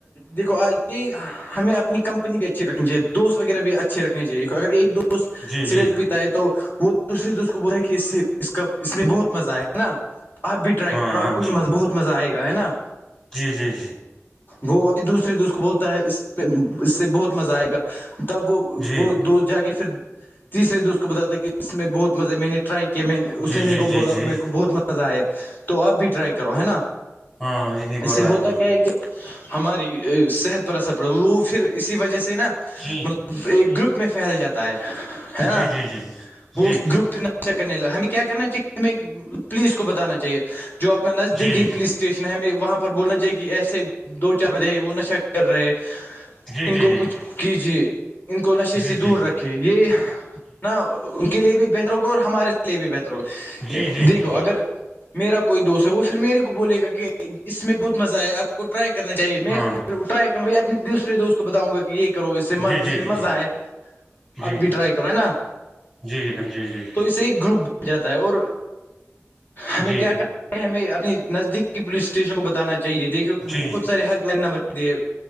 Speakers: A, on the left; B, on the left.
A: دیکھو یہ- ہمیں اپنیمپنی بھی اچھی رکھنی چاہی دوست وغیرہ بھی اچھا- چربی جی کو اگر ایک دوست
B: جی جی
A: سگریٹ
B: جی
A: پیتا ہے تو وہ- دوسرے دوست کو ب کہ اس کا اس میں بہت مزہ آیا ہے نا آپ بھی ٹرائی
B: ہاں
A: کرو آپ کو بھی
B: جی
A: مزہ بہت- مزہ آئے گا ہے نا-
B: جی- جی- جی
A: وہ ابھی دوسرے دوست کو بولتا ہے اس اس سے بہت مزہ آئے گا- تب وہ
B: جی
A: وہ دوست جا کے- تیرے دوست کو بتاتا کہ اس میں بہت مزہ ہے میں نےٹرائی- کہ میں
B: جی
A: اس نے میرے
B: جی
A: کو
B: جی
A: بولا
B: جی
A: اور میرے کو بہت مزہ آئے تو اپ بھی ٹرائی کرو ہے نا-
B: ہاں, جی- جی بول
A: اس سے
B: رہا
A: ہوتا
B: ہے-
A: کیا کہ ہماری صحت پر اثر پڑے وہ پھر اسی وجہ سے نا-
B: جی-
A: ایک گروپ میں پھیل جاتا ہے ہے نا
B: جی جی جی
A: وہ
B: جی
A: اس گروپ کے ن- ا کرنے ل ہمیں کیا کرنا چاہیے ہمیں پولیس کو بتانا چاہیے جو اپنا نزدیکی
B: جی
A: پلیس- اسٹیشن ہے ہمیں وہاں پر بولنا چاہیے کہ ایسے دو چار بندے ہیں وہ نشہ کر رہے-
B: جی
A: ان
B: جی
A: کو
B: جی
A: کچھ کیجیے ان کو نشے
B: جی
A: سے
B: جی جی
A: دور رکھے یہ- ان کے لیے بھی بہتر ہوگا اور ہمارے لیے بھی بہتر ہوگا
B: جی جی جی جی
A: دیکھو اگر میرا کوئی دوست ہے وہ پھر میرے کو بولے گا کہ اس میں بہت مزہ آئے اب کو ٹرائی کرنا چاہیے میں
B: ہاں
A: پھر ٹرائی کروں بھ اپنے دوسرے دوست کو بتاؤں گا کہ یہ ایک کرو اس سے مز
B: جی
A: اس
B: جی
A: میں
B: جی
A: مزہ آ ہے
B: جی
A: آپ بھی ٹرائی کرو ہے نا
B: جی جی جی جی
A: تو اسے ایک گروپ ب جاتا ہے اور ہمیں
B: جی
A: کیا کر ہمیں اپنے نزدیکی پلیس اسٹیشن کو بتانا چاہیے دیکھیے کہ بہت
B: جی جی
A: سارے ہیلپ لائن نمبر دیے